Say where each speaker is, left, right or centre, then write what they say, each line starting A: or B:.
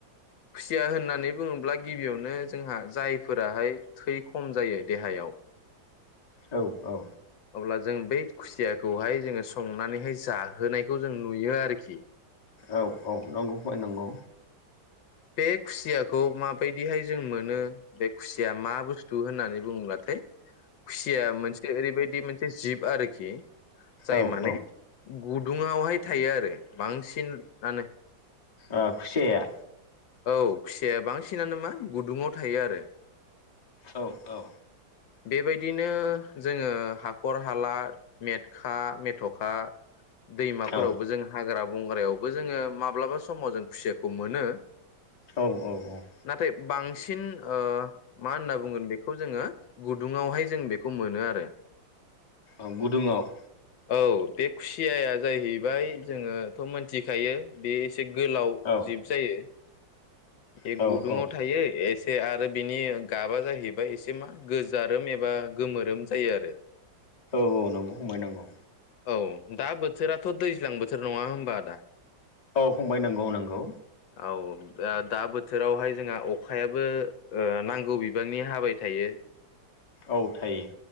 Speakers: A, on the left; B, on the left.
A: खुसिया होननानै बुङोब्ला गिबियावनो जोंहा जायफोराहाय थै खम जायो देहायाव
B: औ औ।
A: अब्ला जों बै खुसियाखौहाय जोङो संनानैहाय जाहोनायखौ जों नुयो आरोखि।
B: औ औ नंगौ फय नंगौ।
A: बेे खुसिया खौ माबायदिहाय जों मोनो बे खुसिया मा बुस्थु होननानै बुङोब्लाथाय खुसिया मोनसे ओरैबाय दि मोनसे जिब आरोखि। जाय
B: औ
A: माने
B: औ
A: गुदुङावहाय थायो आरो बांसिनानो।
B: ओ खुसियाया
A: औ खुसिया बांसिनानो मा गुदुङाव थायो आरो।
B: औ औ
A: बेबायदिनो जोङो हाखर हाला मेटखा मेथ'खा दैमाफोरावबो
B: औ
A: जों हाग्रा बंग्रायावबो जोङो माब्लाबा समाव जों खुसियाखौ मोनो।
B: औ औ औ
A: नाथाय बांसिन ओ मा होनना बुंगोन बेखौ जोङो गुदुङावहाय जों बेखौ मोनो आरो।
B: ओं गुदुङाव
A: औ बे खुसियाया जाहैबाय जोङोथ' मोनथिखायो। बे एसे गोलाव
B: औ
A: जिब जायो। बे
B: औ
A: गुदुङाव
B: औ
A: थायो एसे से आरो बिनि गाबा जाहैबाय एसे मा गोजारोम एबा गोमोरोम जायो आरो।
B: औ औ नंगौ फंबाय नंगौ।
A: औ दा बोथोराथ' दैज्लां बोथोर नङा होमबा आदा?
B: औ फंबाय नंगौ नंगौ।
A: औ दा दा बोथोरावहाय जोंहा अखायाबो ओ नांगौ बिबांनि हाबाय थायो।
B: औ थायो।